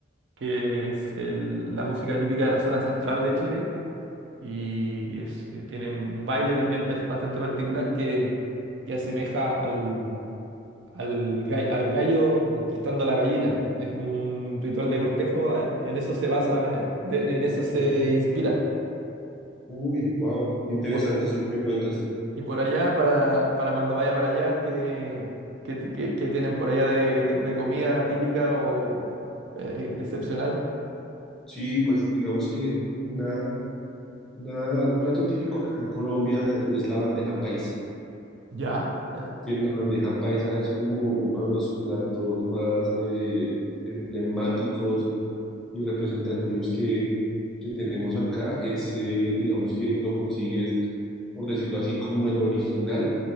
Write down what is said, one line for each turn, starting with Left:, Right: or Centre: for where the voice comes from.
Right: que es el- la música típica de la zona central de Chile. Y es, eh, tiene un baile también bas- bastante particular que, que asemeja al al, ga- al gallo conquistando a la gallina. Es como un ritual de cortejo, eh, en eso se
Centre: Ujú,
Right: basa, eh, de- en eso
Centre: ujú.
Right: se inspira.
Centre: Uy, wow, interesante
Right: Por-
Centre: eso que me cuentas.
Right: y por allá, para, para cuando vaya para allá, ¿qué, qué ti- qué- qué tienen por allá de, de- de comida típica o eh, excepcional?
Centre: Sí, pues digamos que una, una- un plato típico acá en Colombia es la bandeja paisa.
Right: Ya, ya,
Centre: que la bandeja paisa es como uno de los platos más eh, emblemáticos y representativos que, que tenemos acá. Ese, digamos que lo consigues, por decirlo así, como el original,